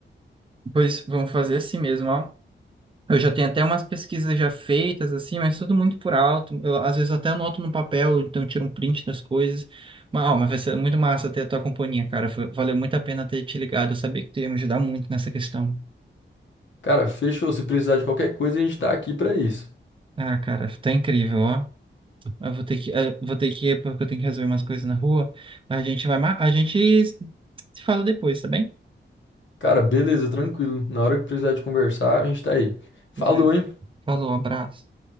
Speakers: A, on the right; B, on the left.
A: Pois vamos fazer assim mesmo, ó. Eu já tenho até umas pesquisas já feitas, assim, mas tudo muito por alto. Eu, às vezes até anoto no papel, então eu tiro um print das coisas. Mas, ó, mas vai ser muito massa ter a tua companhia, cara. Foi- Valeu muito a pena ter te ligado. Eu sabia que tu ia me ajudar muito nessa questão.
B: Cara, fechou. Se precisar de qualquer coisa, a gente tá aqui pra isso.
A: Ah, cara, tá incrível, ó. Eu vou ter que, eh, vou ter que ir porque eu tenho que resolver umas coisas na rua. Mas a gente vai, mar- a gente se fala depois, tá bem?
B: Cara, beleza, tranquilo. Na hora que precisar de conversar, a gente tá aí. Falou,
A: Pois é.
B: hein?
A: Falou, abraço.